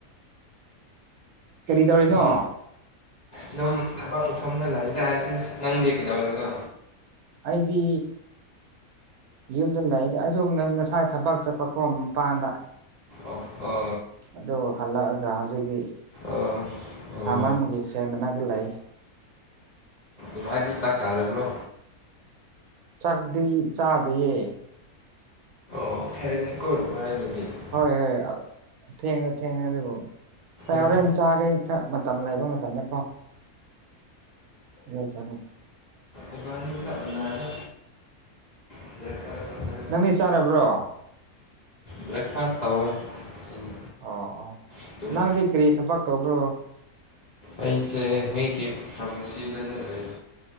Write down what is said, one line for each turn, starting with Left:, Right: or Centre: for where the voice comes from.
Right: ꯀꯔꯤ ꯇꯧꯔꯤꯅꯣ
Left: ꯑꯗꯨꯝ ꯑꯗꯨꯝ ꯊꯕꯛ ꯃꯐꯝꯗ ꯂꯩꯗ ꯑꯩꯁꯦ ꯅꯪꯗꯤ ꯀꯩꯗꯧꯔꯤꯅꯣ
Right: ꯑꯩꯗꯤ ꯌꯨꯝꯗ ꯂꯩꯗ ꯑꯩꯁꯨ ꯉꯁꯥꯏ ꯊꯕꯛ ꯆꯠꯄꯀꯣ ꯃꯄꯥꯟꯗ
Left: ꯑꯣ ꯑꯣ
Right: ꯑꯗꯨ ꯍꯜꯂꯛꯑꯒ ꯍꯧꯖꯤꯗꯤ
Left: ꯑꯣ
Right: ꯁꯥꯃꯟꯕꯒꯤ
Left: ꯑꯣ
Right: ꯐꯦꯟ ꯃꯅꯛꯗ ꯂꯩ
Left: ꯏꯕꯥꯏꯗꯤ ꯆꯥꯛ ꯆꯥꯔꯕ꯭ꯔꯣ
Right: ꯆꯥꯛꯗꯤ ꯆꯥꯗ꯭ꯔꯤꯌꯦ
Left: <unintelligible>
Right: ꯍꯣꯏ ꯍꯣꯏ ꯑꯥ ꯊꯦꯡꯔꯦ ꯊꯦꯡꯉꯦ ꯑꯗꯨꯕꯨ ꯑꯩ
Left: ꯎꯝ
Right: ꯍꯣꯔꯦꯟ ꯆꯥꯒꯦ ꯇ ꯃꯇꯝ ꯂꯩꯕ ꯃꯇꯝꯗ ꯀꯣ ꯅꯣꯏ ꯆꯥꯔꯣ
Left: ꯏꯕꯥꯏꯅꯤ ꯆꯞ ꯃꯟꯅꯔꯦ <inaudible>
Right: ꯅꯪꯗꯤ ꯆꯥꯔꯕ꯭ꯔꯣ
Left: ꯕ꯭ꯔꯦꯛꯐꯥꯁ ꯇꯧꯋꯦ ꯑꯩꯗꯤ
Right: ꯑꯣ
Left: ꯑꯗꯨꯝ
Right: ꯅꯪꯁꯦ ꯀꯔꯤ ꯊꯕꯛ ꯇꯧꯕ꯭ꯔꯣ
Left: ꯑꯩꯁꯦ ꯑꯩꯒꯤ ꯐꯥꯔꯃꯥꯁꯤꯗꯨꯗ ꯂꯩ